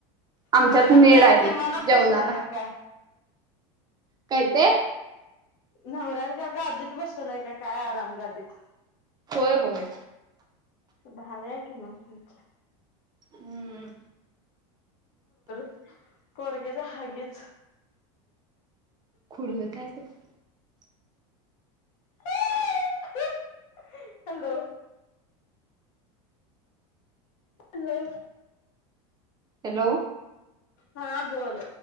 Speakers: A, on the right; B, on the left.
A: आमच्यात
B: नवऱ्यानं
A: मेड
B: काय
A: आहे
B: विमानात
A: जेवणाला.
B: बसवलंय का काय?
A: काय ते?
B: नवऱ्यानं काय गादीत बसवलाय क काय आराम गादीत?
A: होय होय.
B: भारी आहे की मग मज्जा.
A: हम्म
B: <inaudible> पोरग्याचं हगीज
A: <unintelligible>
B: <unintelligible> हॅलो? हॅलो?
A: हॅलो?
B: हां बोल.